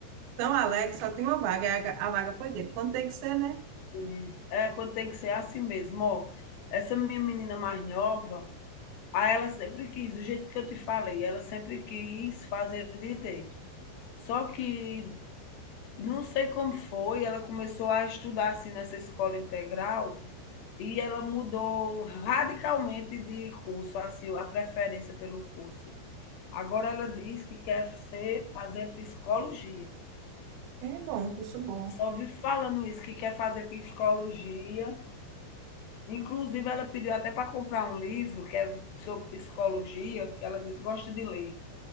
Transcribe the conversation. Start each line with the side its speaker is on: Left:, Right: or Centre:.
Right: tão alegre, só tinha uma vaga. A, a vaga foi dele. Quando tem que ser, né?
Left: sim. É, quando tem que ser assim mesmo, ó, essa minha menina mais nova, aí ela sempre quis, do jeito que eu te falei, ela sempre quis fazer direito. Só que Não sei como foi, ela começou a estudar assim nessa escola integral e ela mudou radicalmente de curso, assim, a preferência pelo curso. Agora ela diz que quer ser, fazer psicologia.
Right: É bom, um curso bom.
Left: Só vi falando isso, que quer fazer psicologia. Inclusive, ela pediu até para comprar um livro que é sobre psicologia, que ela diz- gosta de ler.